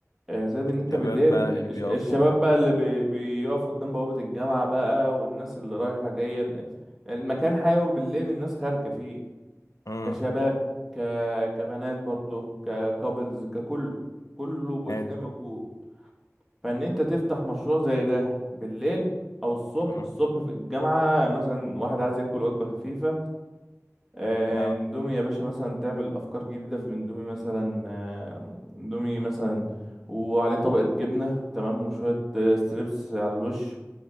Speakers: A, in the centre; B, on the left.
A: آه، زائد ان انت
B: شباب
A: بالليل
B: بقى اللي
A: الش-
B: بيقفوا
A: الشباب
B: كده
A: بقى اللي بي- بيقفوا قدام بوابة الجامعة بقى والناس اللي رايحة جاية المكان حيوي بالليل الناس خارجة فيه
B: امم
A: كشباب ك... كبنات برضه ككابلز ككله كله بتلاقيه
B: حلو
A: موجود فان انت تفتح مشروع زي ده بالليل او الصبح
B: امم
A: الصبح في الجامعة مثلا واحد عايز ياكل وجبة خفيفة آه،
B: لا
A: اندومي يا باشا مثلا تعمل افكار جديده في الاندومي مثلا آه، اندومي مثلا وعليه طبقه جبنه تمام وشويه آه، ستريبس على الوش